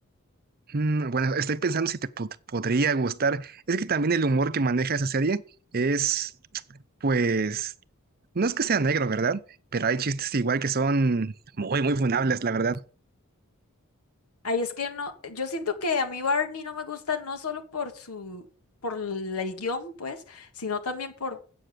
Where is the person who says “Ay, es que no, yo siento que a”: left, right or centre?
Left